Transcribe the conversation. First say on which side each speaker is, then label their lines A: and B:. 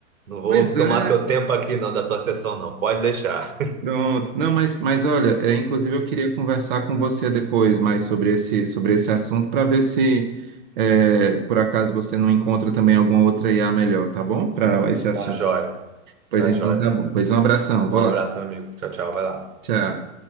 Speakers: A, on the right (about 80°); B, on the right (about 40°).
A: Não
B: Pois
A: vou
B: é,
A: tomar teu tempo aqui, não, da tua sessão, não. Pode deixar.
B: pronto. Não, mas, mas olha, é, inclusive eu queria conversar com você depois mais sobre esse, sobre esse assunto para ver se, é, por acaso, você não encontra também alguma outra IA melhor, tá bom? Para esse assunto.
A: Tá jóia,
B: Pois
A: tá
B: então,
A: jóia.
B: tá bom. Pois um abração, vou
A: Um abraço,
B: lá.
A: meu amigo. Tchau, tchau. Vai lá.
B: Tchau.